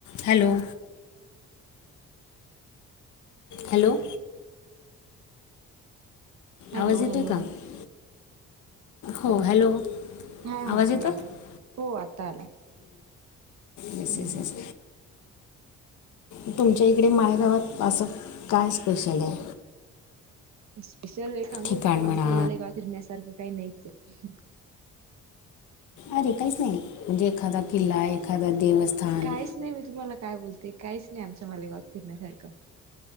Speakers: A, on the left; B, on the right.
A: hello. Hello.
B: Hello.
A: आवाज येतो
B: हॅलो.
A: आहे का हो हॅलो.
B: हा
A: आवाज
B: हा बोला.
A: येतो आहे
B: हो आता आला. हम्म
A: बसस <unintelligible> तुमच्या इकडे मालेगावात असं काय स्पेशल आहे?
B: स्पेशल हे सांगू.
A: ठिकाण म्हणा
B: आमच्या मालेगाव फिरण्यासारखं काही नाहीच आहे.
A: अरे काहीच नाही. म्हणजे एखादा किल्ला. एखादा देवस्थान.
B: काहीच नाही मी तुम्हाला काय बोलते काहीच नाही आमच्या मालेगावात फिरण्यासारखं.